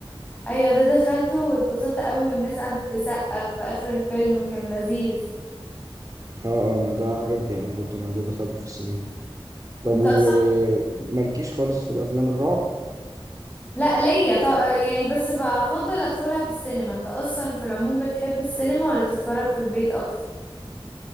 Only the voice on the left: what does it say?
ايوه ده دخلته واتبسطت قوي والناس قعدت تسقف في اخر الفيلم كان لذيذ
انت
اصلا
لا ليا ط... يعني بس بفضل ادخلها في السينما انت اصلا في العموم بتحب السينما ولا تتفرج في البيت اكتر